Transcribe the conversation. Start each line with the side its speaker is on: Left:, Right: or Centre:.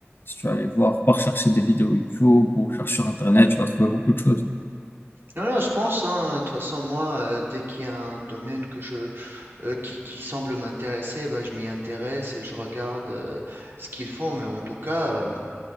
Left: si tu vas aller voir, par chercher des vidéos YouTube ou chercher sur Internet, tu vas trouver beaucoup de choses.
Right: Non, non, je pense, hein, de toute façon, moi, euh, dès qu'il y a un domaine que je, euh, qui, qui semble m'intéresser, ben, je m'y intéresse et je regarde euh, ce qu'ils font, mais en tout cas, euh,